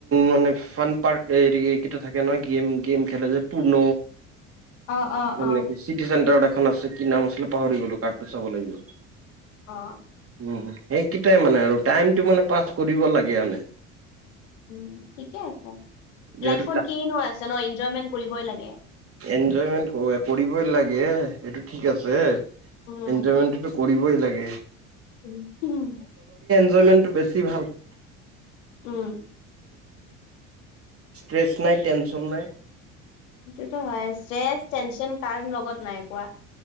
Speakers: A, on the right (about 40°); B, on the left (about 85°).
A: মানে ফান পাৰ্ক এইকেইটা থাকে নহয় গেম গেম খেলে যে পৰ্ণ
B: অ অ অ
A: নেকি চিটি চেণ্টাৰত এখন আছে কি নাম আছিলে পাহৰি গ'লো কাৰ্ডটো চাব লাগিব
B: অ
A: উম সেইকেইটাই মানে আৰু টাইমটো মানে পাছ কৰিব লাগে আনে
B: উ ঠিকে আছে
A: যিহেতু
B: লাইফত কিনো আছে ন এনজয়মেন্ট কৰিবই লাগে
A: এনজয়মেন্ট কৰিবই লাগে এইটো ঠিক আছে
B: উম
A: এনজয়মেণ্টো কৰিবই লাগে
B: উম উম
A: ইঞ্জয় মেন্তটো বেছি ভাল <unintelligible>
B: উম।
A: ষ্ট্ৰেছ নাই টেনশন নাই।
B: সেইটো হয় ষ্ট্ৰেছ, টেনচন কাৰণ লগত নাই কোৱা?